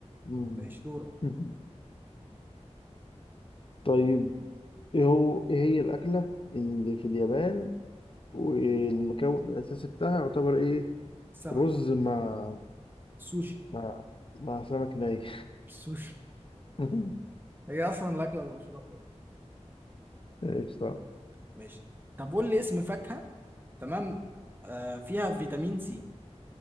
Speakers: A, on the left; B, on the right.
A: مم.
B: ماشي دورك
A: <laughs> طيب ايه هو ايه هي الأكلة اللي في اليابان والمكون الأساسي بتاعها يعتبر ايه
B: سمك
A: رز مع
B: سوشي
A: مع مع سمك ني
B: سوشي
A: <laughs>
B: هي اصلا الاكله المشهوره بتاعتنا.
A: ايش صح
B: ماشي طب قول لي اسم فاكهه تمام آه فيها فيتامين سي